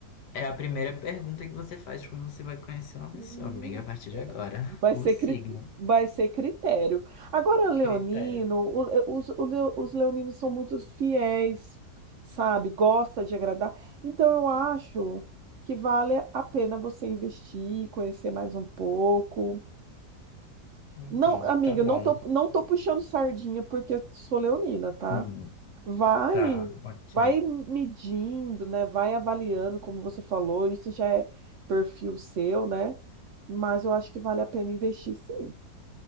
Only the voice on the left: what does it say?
É a primeira pergunta que você faz quando você vai conhecer uma pessoa,
amiga, a partir de agora.
O
signo.
Critério.
Então,
tá bom.
Hum,
tá, ok.